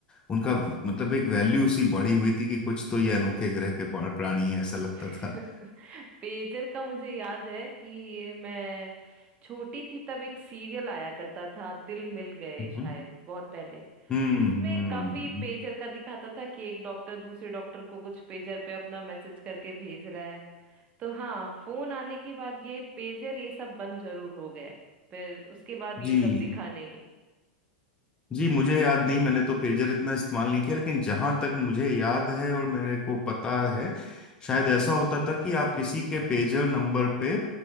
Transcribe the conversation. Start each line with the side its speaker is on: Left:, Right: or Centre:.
Left: उनका मतलब एक वैल्यू सी बढ़ी हुई थी कि कुछ तो ये अनोखे ग्रह के प्राणी है ऐसा लगता था
Right: <laughs> पेजर का मुझे याद है कि मैं छोटी थी तब एक सीरियल आया करता था दिल मिल गए
Left: हम्म।
Right: शायद बहुत पहले
Left: हम्म
Right: उसमें
Left: हम्म,
Right: काफी पेजर का दिखाता था कि एक डॉक्टर दूसरे डॉक्टर को कुछ पेजर पे अपना मैसेज करके भेज रहा है तो हाँ फोन आने के बाद ये पेजर ये सब बंद जरूर हो गए फिर उसके बाद
Left: जी
Right: ये सब दिखा नहीं
Left: जी मुझे याद नहीं मैंने तो पेजर इतना इस्तेमाल नहीं किया लेकिन जहां तक मुझे याद है और मेरे को पता है शायद
Right: जी
Left: ऐसा होता था कि आप किसी के पेजर नंबर पे